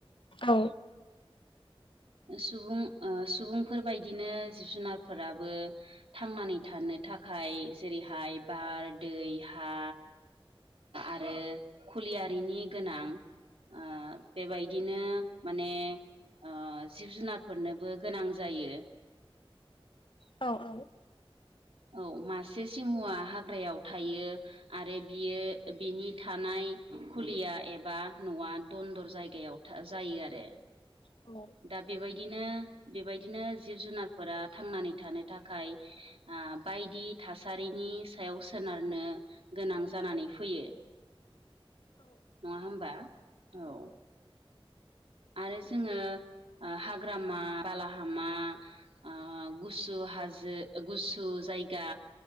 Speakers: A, on the left; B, on the right.
A: औ।
B: सुबुं सुबुंफोरबायायदिनो जिब जुनारफोराबो थांनानै थानो थाखाय जेरैहाय बार दै हा। आरो खुलियारिनि गोनां। ओ बेबायदिनो माने ओ जिब - जुनारफोरनोबो गोनां जायो।
A: औ औ।
B: औ मासे सिंहआ हाग्रायाव थायो। आरो बियो बिनि थानाय खुलिया एबा न'आ दन्दर जायगायाव जायो आरो।
A: औ।
B: दा बेबायदिनो - बेबायदिनो जिब -जुनारफोरा थांनानै थानो थाखाय ओ बायदि थासारिनि सायाव सोनारनो गोनां जानानै फैयो। नङा होमबा? औ। आरो जोङो हाग्रामा, बालाहामा ओ गुसु हाजो गुसु जायगा